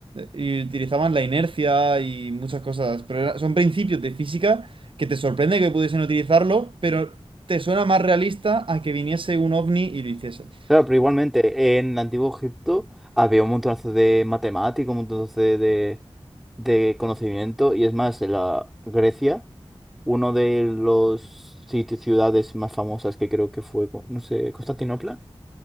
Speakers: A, on the right; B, in the centre.
A: Y utilizaban la inercia y muchas cosas, pero era- son principios de física que te sorprende que pudiesen utilizarlo, pero te suena más realista a que viniese un ovni y lo hiciese.
B: Claro, pero igualmente, en el Antiguo Egipto había un montonazo de matemáticos, un montonazo de, de, de conocimiento, y es más, en la Grecia, uno de los sitios, ciudades más famosas que creo que fue, co- no sé, Constantinopla,